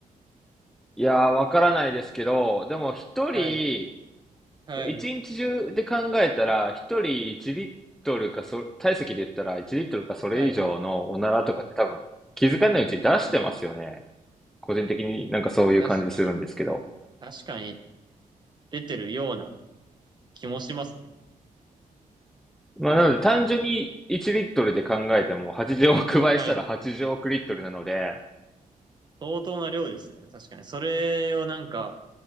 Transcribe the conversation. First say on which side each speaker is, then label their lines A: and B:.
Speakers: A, in the centre; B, on the right (about 30°).
A: いやー、わからないですけど、でも一人、
B: はい。はい。
A: そう一日中で考えたら、一人1リットルかそ、体積で言ったら1リットルかそれ以上のおならとかって多分気づかないうちに出してますよね。
B: はい。
A: 個人的になんかそういう感じするんですけど。
B: 確かに。確かに出てるような気もしますね。
A: まあなので単純に1リットルで考えても80億倍したら80億リットルなので、
B: はい。相当な量ですね。確かに。それをなんか